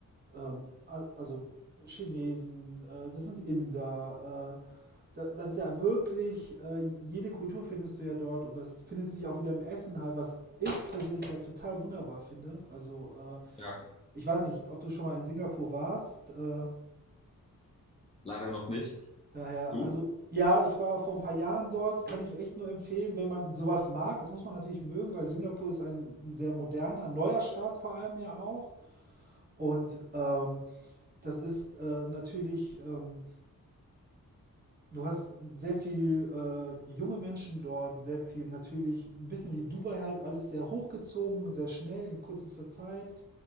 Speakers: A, on the right; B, on the left.
A: ähm, also Chinesen, äh, das sind Inder. Äh, da, das ist ja wirklich, äh, jede Kultur findest du ja dort und das findet sich auch wieder im Essen halt, was ich persönlich ja total wunderbar finde. Also äh,
B: Ja,
A: ich weiß nicht, ob du schon mal in Singapur warst. Äh,
B: Leider noch nicht.
A: daher,
B: Du?
A: also ja, ich war vor ein paar Jahren dort, kann ich echt nur empfehlen, wenn man sowas mag. Das muss man natürlich mögen, weil Singapur ist ein sehr moderner, neuer Staat vor allem ja auch. Und ähm, das ist äh, natürlich ähm, Du hast sehr viel äh, junge Menschen dort, sehr viel natürlich, ein bisschen wie Dubai halt, alles sehr hochgezogen, sehr schnell, in kürzester Zeit.